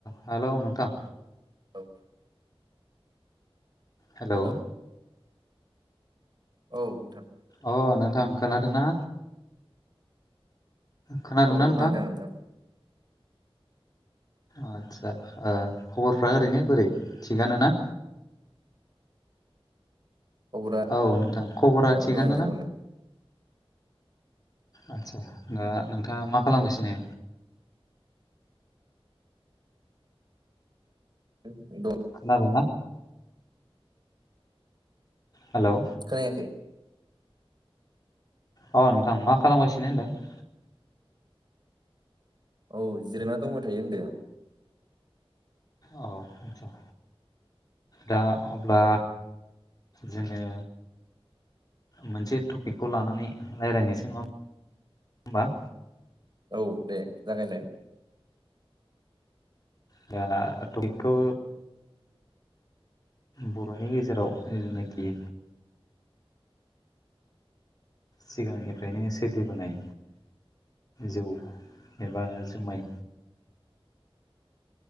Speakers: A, on the left; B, on the right.
A: Hello नोंथां
B: औ
A: hello
B: hello औ नोंथां
A: अ नोंथां खोनादों ना? खोनादोंना
B: औ
A: नोंथां
B: खोनादों
A: आतसा खबरफ्रा ओरैनो बोरै थिगानोना?
B: खबरा
A: औ नोंथां खबरा थिगानो
B: दं जेरावनो
A: ना? आदसा दा नोंथाङा मा खालामगासिनो?
B: <unintelligible>
A: खोनादोंना? हेलौ
B: खोनायाखैै
A: अ नोंथां मा खालामगासिनो नोंथां।
B: औ जिरायना दंबाय थायो होनदों।
A: औ आतसा। दा अब्ला जोङो मोनसे टपिकखौ लानानै रायज्लायनायसो नङा होनबा।
B: औ दे जागायल
A: दा टखौ बर'नि गेजेराव जेनाखि सिगांनिफ्रायनो सोलिबोनाय जौ एबा जुमाय